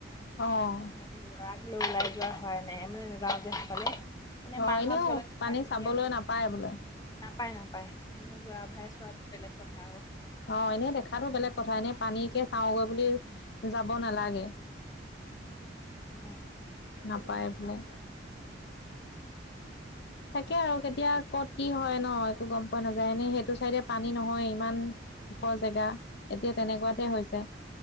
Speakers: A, on the left; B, on the left.
A: অঁ।
B: <unintelligible> ল'ৰাক লৈ ওলাই যোৱা হোৱাই নাই মানে, নেযাওঁ যে সেইফালে। এনেই
A: অ',
B: মাহঁত
A: এনেও
B: গ'লে
A: পানী
B: চাই-মেলি
A: চাবলৈ
B: আহে।
A: নাপায় বোলে
B: নাপায়, নাপায় এনেই যোৱাভাই চোৱাটো বেলেগ কথা আৰু।
A: অঁ, এনেই দেখাতো বেলেগ কথা, এনে পানীকে চাওঁগৈ বুলি যাব নালাগে,
B: উম
A: নাপায় বোলে। তাকে আৰু
B: তাকে
A: কেতিয়া ক'ত কি হয় ন'? একো গম পোৱা নাযায়। এনেই সেইটো চাইডে পানী নহয় ইমান ওখৰ জেগা। এতিয়া তেনেকুৱাতে
B: উম
A: হৈছে